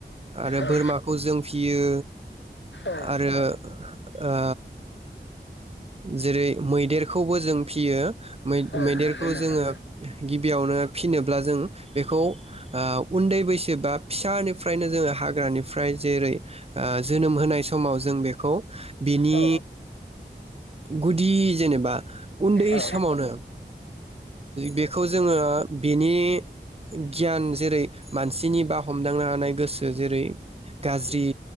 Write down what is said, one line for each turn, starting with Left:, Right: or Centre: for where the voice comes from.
Right: आरो
Left: औ
Right: बोरमाखौ जों फियो
Left: औ
Right: आरो ओ जेरै मैदेरखौबो जों फियो मै
Left: औ
Right: मैदेरखौ
Left: नंगौ नोंथां
Right: जोङो गिबियावनो फिनोब्ला जों बेखौ ओ उन्दै बैसो बा फिसानिफ्रायनो जोङो हाग्रानिफ्राय जेरै ओ जोनोम होनाय समाव जों बेखौ बिनि
Left: औ
Right: गुदि जेनेबा उन्दै
Left: औ
Right: समावनो बेखौ जोङो बेनि गियान जेरै मानसिनि बा हमदांनो हानाय गोसो जेरै गाज्रि